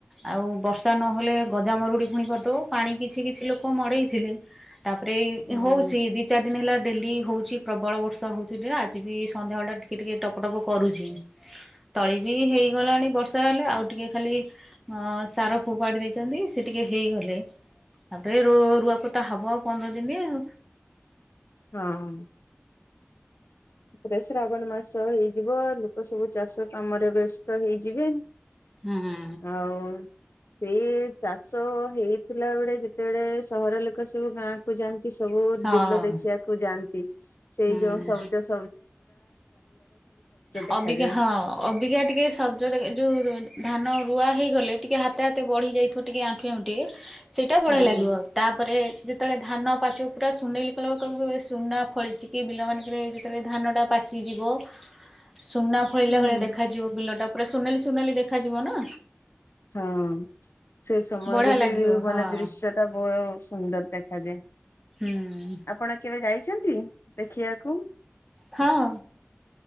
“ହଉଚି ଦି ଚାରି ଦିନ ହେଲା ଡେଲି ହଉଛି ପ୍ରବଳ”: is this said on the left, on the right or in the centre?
Centre